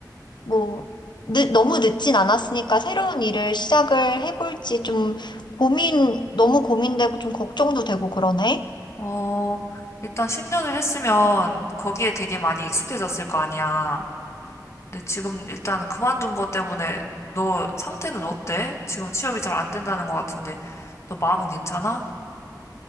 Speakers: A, on the left; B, on the left.
A: 뭐, 늦, 너무 늦진 않았으니까 새로운 일을 시작을 해볼지 좀 고민, 너무 고민되고 좀 걱정도 되고 그러네.
B: 어, 일단 10년을 했으면 거기에 되게 많이 익숙해졌을 거 아니야. 근데 지금 일단 그만둔 것 때문에 너 상태는 어때? 지금 취업이 잘 안 된다는 것 같은데 너 마음은 괜찮아?